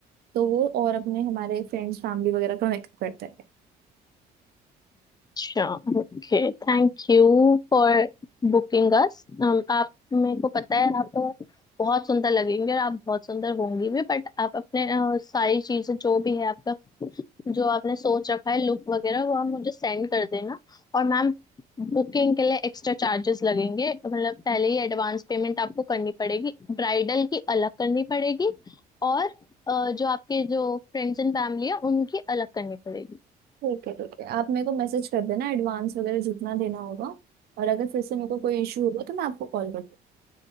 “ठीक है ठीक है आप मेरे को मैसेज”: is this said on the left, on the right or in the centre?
Right